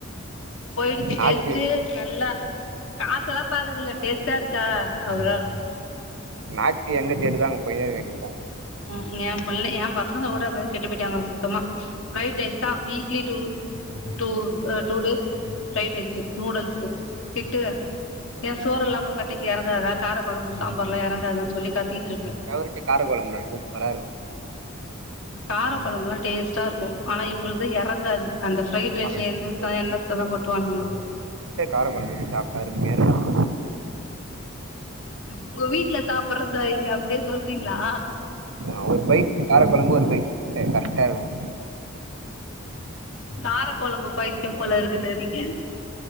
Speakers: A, on the left; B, on the right.
A: போயிடுச்சு
B: நாக்கு
A: டேஸ்ட்டு நல்லா காசெல்லா பாக்கர்தில்ல டேஸ்ட்டா இருக்கா அவ்ளதா
B: நாக்கு எங்க தேடுதோ அங்க போய்ன்னே இருக்க வேண்டி தா
A: ம் என் புள்ள என் பசங்க கூட அப்டி தா கெட்டு போயிட்டாங்க சுத்தமா ஃப்ரைட் ரைஸ் தா week idli two two two days fried rice noodles திட்டுவே ஏன் சோறெல்லாம் உங்க கட்டைக்கு எறங்காத கார கொழம்பு சாம்பார்ல்லா எறங்காதா சொல்லி கத்திட்டு இருப்பே
B: கவரொட்டி காரகொழம்பு தா சூப்பரா இருக்கும்
A: கார கொழம்புல்லா டேஸ்ட்டா இருக்கும் ஆனா இவுங்குளுக்கு எறங்காது அந்த ஃப்ரைட் ரைஸ்
B: ஆர்டர்
A: எந்தத்தா
B: பண்ண
A: என்னத்த தா கொட்டுவானுங்ளோ
B: இப்யே கார கொழம்பு வெச்சு சாப்ட்டா அருமையா இருக்கும்
A: உங்க வீட்ல சாப்புறத இங்க அப்டியே சொல்றீங்ளா
B: நா ஒரு பைக் கார கொழம்பு ஒரு பைக் கரெக்டா இருக்கும்
A: கார கொழம்பு பை த்யம் போல இருக்குது நீங்க